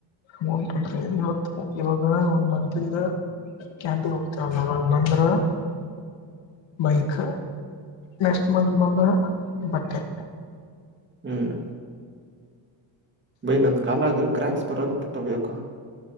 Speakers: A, on the left; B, on the right.
A: ಅಮೌಂಟ್ ಅಂದ್ರೆ ಇತ್ತು ಇವಾಗ ಒಂದ್ ಮಂತ್ ಇಂದ ಕ್ಯಾಂಪಿಗೆ ಹೋಗ್ತರ ನವಾಗ ಬಂದ್ರ
B: <inaudible>
A: ಮೈಕ್ ನೆಕ್ಸ್ಟ್ ಮಂತ್ ಬಂದ್ರ ಬಟ್ಟೆ
B: ಹ್ಮ್ ಬೈ ನಂದ ಕಾಲಾಗ ಕಕ್ಯಾಂಪ್ಸ್ ಬರೋ ಬಿಟ್ಟಾವ ಯಾಕ